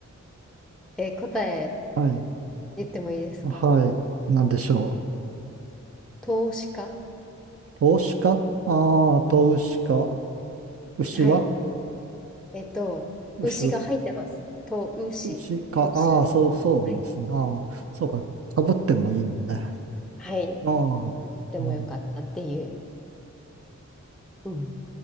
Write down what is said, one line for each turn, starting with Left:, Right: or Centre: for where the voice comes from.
Centre: えー答え
Right: <laughs> はい、
Centre: 言ってもいいですか
Right: はい、なんでしょ
Centre: 投資家
Right: う。投資かああー、投資か。牛は
Centre: はい。えっと、
Right: 牛は、
Centre: 牛が入ってます。と、牛。
Right: 牛か。
Centre: 牛。
Right: ああ、そう、そうなんですね。
Centre: はい。
Right: ああ、そうか。かぶってもいいのね。
Centre: はい。
Right: ああ、
Centre: 言ってもよかったっていう。
Right: うん
Centre: うん